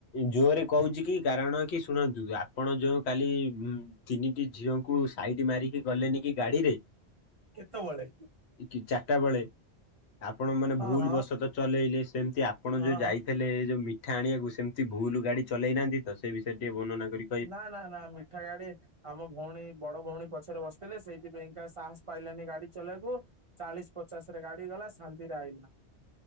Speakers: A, on the left; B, on the right.
A: ଜୋରରେ କହୁଛି କି କାରଣ କି ଶୁଣନ୍ତୁ ଆପଣ ଯୋଉ କାଲି। ତିନିଟି ଝିଅଙ୍କୁ ସାଇଡି ମାରିକି ଗଲେନି କି ଗାଡିରେ।
B: କେତେବେଳେ?
A: କି ଚାରଟା ବେଳେ ଆପଣ ମାନେ
B: ହଁ
A: ଭୁଲ
B: ହଁ
A: ବଶତ ଚଲେଇଲେ ସେମତି ଆ ଆପଣ
B: ହଁ
A: ଯଉଁ ଯାଇଥିଲେ
B: ହଁ
A: ଯଉ ମିଠା ଆଣିବାକୁ ସେମିତି ଭୁଲ ଗାଡ଼ି ଚଲେଇନାହାନ୍ତି ତ ସେ ବିଷରେ ଟିକେ ବର୍ଣନା କରିି
B: ନା ନା ନା ମିଠା ଗାଡ଼ି। ଆମ ଭଉଣୀ ବଡ ଭଉଣୀ ପଛରେ ବସିଥିଲେ ସେଇଥିପାଇଁକା ସାହସ ପାଇଲାନି ଗାଡି ଚଲେଇବାକୁ। ଚାଳିଶ ପଚାଶରେ ଗାଡି ଗଲା ଶାନ୍ତିରେ ଆଇଲା